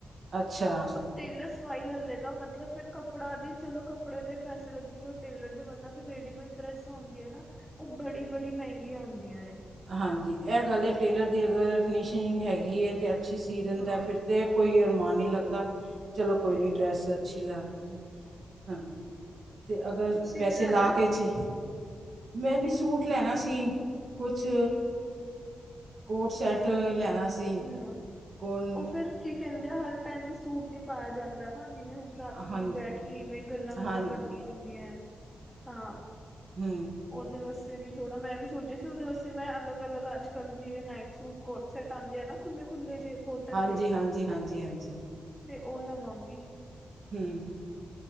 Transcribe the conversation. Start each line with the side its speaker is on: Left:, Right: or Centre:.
Right: ਅੱਛਾ
Centre: ਟੇਲਰ ਸਵਾਈ ਲੈ ਲੇਗਾ। ਮਤਲਬ ਮਤਲਬ, ਫਿਰ ਕੱਪੜਾ ਦੀ ਚਲੋ, ਕੱਪੜੇ ਦੇ ਪੈਸੇ ਲੱਗੇ ਗੇ। ਟੇਲਰ ਦੇ ਵਰਨਾ ਚ ਰੇਡੀਮੇਡ ਡਰੈਸਾਂ ਆਉਂਦੀ ਨਾ ਉਹ ਬੜੀ-ਬੜੀ ਮਹਿੰਗੀਆਂ ਹੁੰਦੀਆਂ ਏ।
Right: ਹਾਂਜੀ। ਇਹ ਗੱਲ ਹੈ, ਟੇਲਰ ਦੀ ਅਗਰ ਫਿਨਿਸ਼ਿੰਗ ਹੈਗੀ ਹੈ। ਤਾਂ ਅੱਛੀ ਸੀ ਦਿੰਦਾ
Centre: ਹਾਂ
Right: ਫਿਰ ਤੇ ਕੋਈ ਅਰਮਾਨ ਨਹੀਂ ਲੱਗਦਾ। ਚਲੋ ਕੋਈ
Centre: ਸਹੀ
Right: ਨਹੀਂ ਡਰੈਸ
Centre: ਗੱਲ ਹੈ
Right: ਅੱਛੀ ਲਾਗੀ ਹੂੰ, ਅਗਰ
Centre: ਤੁਸੀਂ
Right: ਪੈਸੇ
Centre: ਕੀ ਲੈਣਾ
Right: ਲਾਗਾ ਕੇ ਚੀ ਮੈਂ ਵੀ ਸੂਟ ਲੈਣਾ ਸੀ। ਕੁਛ- ਕੋਟ ਸੈਟ ਲੈਣਾ- ਸੀ
Centre: ਹਮ
Right: ਕੋਣ
Centre: ਉਹ ਫੇਰ ਕੀ ਕਹਿੰਦੇ ਆ ਹਰ ਟਾਈਮ ਵੀ ਸੂਟ ਨੀ ਪਾਇਆ ਜਾਂਦਾ। ਜਿਵੇਂ ਹੁਣ ਰਾਤੀ
Right: ਹਾਂਜੀ
Centre: ਬੈਠ ਕੇ ਇਵੇਂ ਗੱਲਾਂ ਗੁੱਲਾਂ
Right: ਹਾਂ
Centre: ਕਰਨੀਆਂ ਹੁੰਦੀਆਂ ਤਾਂ
Right: ਹੂ
Centre: ਉਹਦੇ ਵਾਸਤੇ ਵੀ ਥੋੜਾ ਮੈਂ ਵੀ ਸੋਚਿਆ ਸੀ। ਉਹਦੇ ਵਾਸਤੇ ਮੈਂ ਅਲੱਗ- ਅਲੱਗ ਅੱਜ-ਕੱਲ੍ਹ ਜਿਵੇਂ, ਨਾਈਟ ਸੂਟ ਕੋਟ-ਸੈਟ ਆਉਂਦੇ ਆ ਨਾ। ਖੁੱਲੇ- ਖੁੱਲੇ ਜੇ, ਕੋਟਨ
Right: ਹਾਂਜੀ
Centre: ਦੇ
Right: ਹਾਂਜੀ ਹਾਂਜੀ ਹਾਂਜੀ
Centre: ਤੇ ਉਹ ਲਗਾਗੀ।
Right: ਹੂੰ,